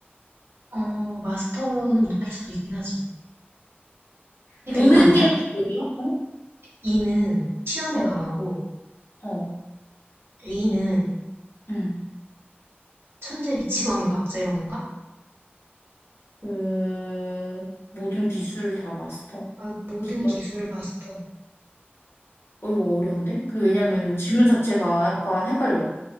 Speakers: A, on the right (about 80°); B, on the left (about 85°).
A: 어 마스터로는 못할 수도 있긴 하지. 그러니까
B: 보는
A: 이거 아니야?
B: 게 기억이야? 어,
A: B는 시험에
B: 어,
A: 강하고
B: 어,
A: A는
B: 음.
A: 천재 미치광이 과학자 이런 건가?
B: 음, 모든 기술을 다 마스터.
A: 아, 모든
B: 기억?
A: 기술을 마스터.
B: 어, 이거 어려운데? 근데 왜냐면
A: 그러게.
B: 질문 자체가 약간 헷갈려.